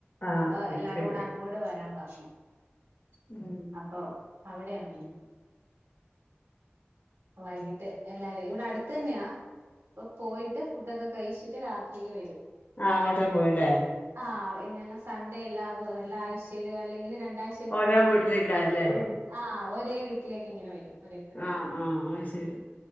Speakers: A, on the left (about 40°); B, on the right (about 85°).
A: ആഹ്
B: അപ്പൊ
A: അത്
B: എല്ലാരും
A: ശരി
B: കൂടെ അങ്ങോട്ട് വരാൻ പറഞ്ഞു
A: ഉം
B: അപ്പോ അവിടെയാണ് ഇന്ന് വൈകിട്ട് എല്ലാരും ഇവിടെ അടുത്ത് തന്നെയാ ഇപ്പൊ പോയിട്ട് ഫുഡൊക്കെ കഴിച്ചിട്ട് രാത്രിയില് വരും
A: ആഹ് അങ്ങോട്ട് പോയില്ലേ
B: ആഹ് ഞങ്ങൾ സൺഡേ ഇല്ലാതും എല്ലാ ആഴ്ചയിലും അല്ലെങ്കിൽ രണ്ടാഴ്ച ത്
A: ഓരോ
B: കൂടുമ്പോ
A: വീട്ടിലേക്കായല്ലേ
B: ഇങ്ങനെ ആ ഒരേ വീട്ടിലേക്ക് ഇങ്ങനെ വരും ഒരേ
A: ആഹ് ആഹ് അയ് ശരി